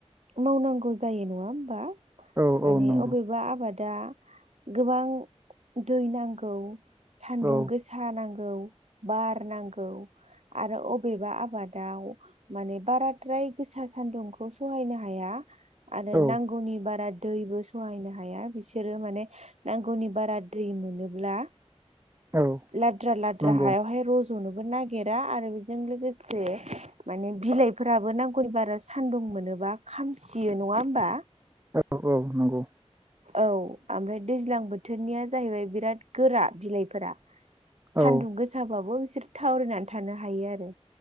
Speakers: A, on the right; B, on the right.
A: मावनांगौ जायो नङा होम्बा
B: औ
A: माने
B: औ नंगौ
A: अबेबा आबादा गोबां दै नांगौ सान्दुं
B: औ
A: गोसा नांगौ बार नांगौ आरो अबेबा आबादाव माने बाराद्राय गोसा सान्दुंखौ सहायनो हाया आरो
B: औ
A: नांगौनि बारा दैबो सहायनो हाया बिसोरो माने नांगौनि बारा दै मोनोब्ला
B: औ
A: लाद्रा लाद्रा
B: नंगौ
A: हायावहाय रज'नोबो नागिरा आरो बेजों लोगोसे माने बिलाइफोराबो नांगुर बारा सान्दुं मोनोबा खामसियो नङा होम्बा
B: औ औ नंगौ
A: औ ओमफ्राय दैज्लां बोथोरनिया जाहैबाय बिराद गोरा बिलाइफोरा सान्दुं
B: औ
A: गोसाबाबो बिसोर थावरायनानै थानो हायो आरो